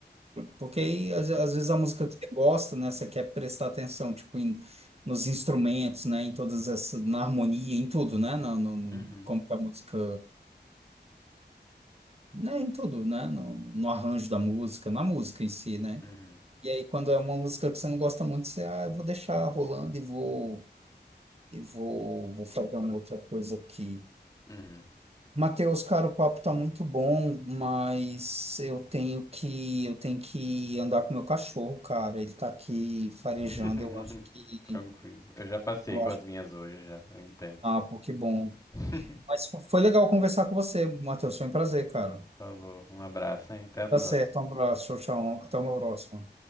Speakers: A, on the right; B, on the left.
A: porque aí, às, às vezes, a música que você gosta, né? Você quer prestar atenção, tipo, em, nos instrumentos, né? Em todas essas, na harmonia, em tudo, né? No, no, no-
B: uhum,
A: como que a música. né, em tudo, né? No, no arranjo da música, na música em si, né?
B: uhum,
A: E aí, quando é uma música que você não gosta muito, você, ah, eu vou deixar rolando e vou, e vou, vou fazer uma outra coisa aqui.
B: uhum.
A: Matheus, cara, o papo tá muito bom, mas eu tenho que, eu tenho que andar com o meu cachorro, cara. Ele tá aqui farejando,
B: <laughs>
A: eu acho que,
B: Tranquilo. Eu já passei
A: eu
B: com
A: acho,
B: as minhas hoje já, eu entendo.
A: ah, pô, que bom.
B: <laughs>
A: Mas fo- foi legal conversar com você, Matheus, foi um prazer, cara.
B: Falou, um abraço, hein? Até a próxima.
A: Tá certo, um abraço, tchau, tchau, até uma próxima.